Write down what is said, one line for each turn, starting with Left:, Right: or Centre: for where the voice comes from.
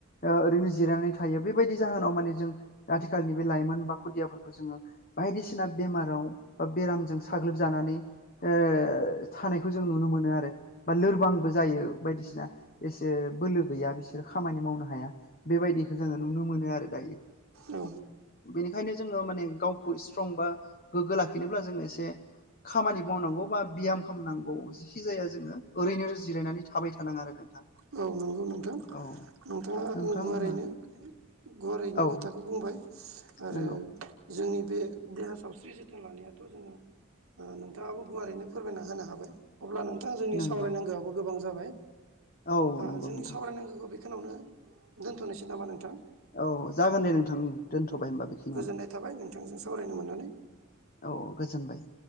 Left: ओ ओरैनो जिरायनानै थायो बेबायदि जाहोनाव माने जों आथिखालनि बे लाइमोन बा खुदियाफोरखौ जोङो बायदिसिना बेमाराव बा बेरामजों साग्लोबजानानै ओ थानायखौ जों नुनो मोनो आरो बा लोरबांबो जायो बायदिसिना एसे बोलो गैया बिसोरो खामानि मावनो हाया। बेबायदिखौ जोङो नुनो मोनो आरो दायो।
Right: औ
Left: बेनिखायनो जोङो माने गावखौ स्ट्रं बा गोग्गो लाखिनोब्ला जोङो एसे खामानि मावनांगौ बा बियाम खालामनांगौ। जिखि जाया जोङो ओरैनो जिरायनानै थाबाय थानाङा आरो नोंथां
Right: औ नंगौ नोंथां
Left: औ
Right: नोंथाङा
Left: नोंथां
Right: गुवारैनो
Left: होमबा
Right: गुवारैनो
Left: औ
Right: खोथाखौ बुंबाय आरो
Left: नंगौ
Right: जोंनि बे देहा सावस्रि जोथोन लानायाथ' जोङो ओ नोंथाङाबो गुवारैनो फोरमायना होनो हाबाय अब्ला नोंथां जोंनि
Left: नंगौ
Right: सावरायनांगौआबो गोबां जाबाय
Left: औ
Right: ओ
Left: नंगौ
Right: जोंनि
Left: नोंथां
Right: सावरायनांगौखौ बेखिनियावनो दोन्थ'नोसै नामा नोंथां?
Left: औ जागोन दे नोंथां दोनथ'बाय
Right: औ
Left: होमबा बेखिनियावनो
Right: गोजोननाय थाबाय नोंथांजों सावरायनो मोननानै
Left: औ औ गोजोनबाय